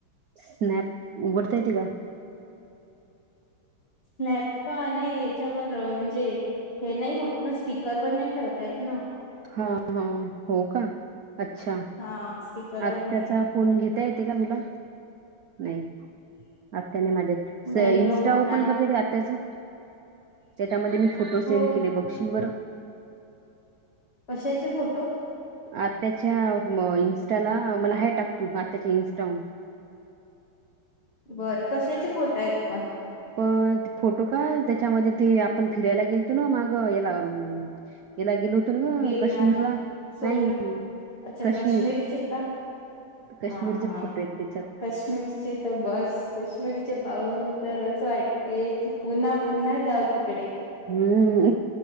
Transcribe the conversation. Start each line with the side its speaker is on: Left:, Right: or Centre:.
Right: स्नॅप उघडता येते का?
Left: स्नॅप का नाही याच्यावर म्हणजे हे नाही होत ना, स्पीकरवर नाही ठेवता येत ना.
Right: हा हा हो का अच्छा
Left: हा स्पीकरवर
Right: आत्याचा
Left: नाही
Right: फोन घेता येते का तुला? नाही आत्याने माझ्या
Left: नाही
Right: इन्स्टा
Left: मग
Right: ओपन
Left: आ
Right: करते का आत्याचं. त्यामध्ये मी फोटो सेंड
Left: हो
Right: केले. बघशील बंर.
Left: कशाचे फोटो.
Right: आत्याच्या अ इंस्टाला मला हे टाक तू आत्याच्या इन्स्टावरून. <inaudible>
Left: बरं कशाचे फोटं आहेत पण.
Right: पण फोटो का त्याच्यामध्ये त आपण फिरायला गेलतो ना. मग याला अ याला गेलो होतो ग
Left: गिरणार
Right: काश्मीरला.
Left: सोमनाथ
Right: नाही
Left: अच्छा
Right: काश्मीर
Left: काश्मीरचे का
Right: काश्मीरचे
Left: हा हा
Right: फोटो आहेत त्याच्यात.
Left: कश्मीरचे तर बस कश्मीरचे पाहून तर असं वाटतंय की पुन्हा पुन्हा जावती
Right: हम्म